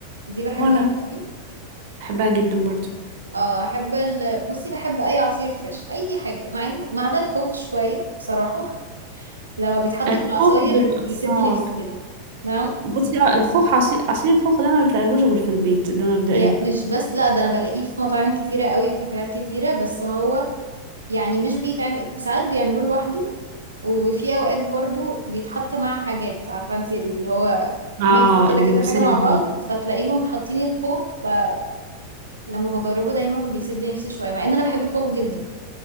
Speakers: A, on the right; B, on the right.
A: دي بحبها
B: وانا
A: قوي
B: بحبها جدا برضو
A: اه احب ال... بصي بحب اي عصير فريش اي حاجه مع إن- ما عدا الخوخ شويه بصراحه لما بيتحط
B: الخوخ
A: في العصاير
B: بيبقى
A: بيسد
B: صعب
A: نفسي كده نعم
B: بصي اه الخوخ عصير عصير الخوخ ده ما بتلاقيهوش غير في البيت ده مبدئيا
A: هي مش بس لا ده انا بلاقيه في مطاعم كتيرة قوي وكافيهات كتيرة بس هو يعني مش بيتعمل في ساعات بيعملوه لوحده وفي اوقات برضو بيتحط مع حاجات عارفة انت اللي هو
B: اه
A: ميكس كده
B: المكسرات
A: كذا حاجة مع بعض
B: دي
A: فتلاقيهم حاطين الخوخ فلما بجربه دايما بيسد نفسي شوية مع ان انا بحب الخوخ جدا